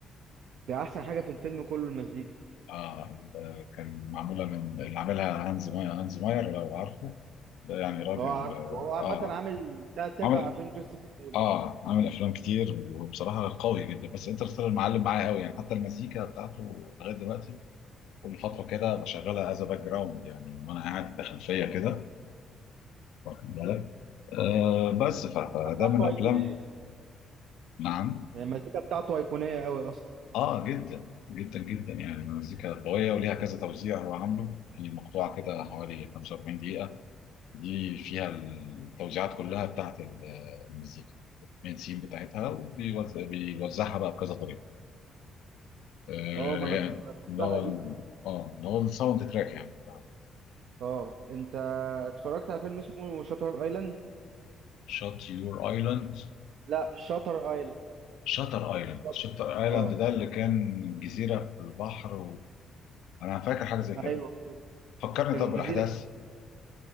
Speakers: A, on the right; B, on the left.
A: ده احسن حاجه في الفيلم كله المزيكا
B: اه آه، كان معموله من اللي عاملها هانز ماير هانز ماير لو عارفه ده يعني راجل
A: اه عارفه
B: اه
A: هو عامة
B: آه،
A: عامل تلات أرباع
B: عامل
A: أفلام كريستوفر نولان
B: اه عامل افلام كتير وبصراحه قوي جدا بس انترستيلر معلم معايا قوي يعني حتى المزيكا بتاعته لغايه دلوقتي كل فتره كده بشغلها از باك جراوند يعني وانا قاعد في خلفيه كده واخد بالك آه بس ف- فده
A: المزيكا
B: من
A: بتاعته
B: افلام
A: أيقونية
B: نعم
A: يعني المزيكا بتاعته أيقونية أوي أصلا
B: اه جدا جدا جدا يعني مزيكا قويه وليها كذا توزيع هو عامله في مقطوعه كده حوالي 45 دقيقه دي فيها التوزيعات كلها بتاعت ال- المزيكا المين سين بتاعتها وبيوزعها بقى بكذا طريقه آه
A: اه ما أنا
B: يعني
A: شفتها
B: اللي هو
A: دي
B: ال- اه اللي هو الساوند تراك يعني بتاع
A: اه أنت اتفرجت على فيلم اسمه شاتر أيلاند؟
B: شات يور ايلاند
A: لا شاتر أيلاند
B: شاتر ايلاند
A: شاتر
B: شاتر ايلاند
A: اه
B: ده اللي كان جزيره في البحر و... انا فاكر حاجه زي كده
A: أيوه هو ده.
B: فكرني
A: كان
B: طب بالاحداث
A: جزيرة كده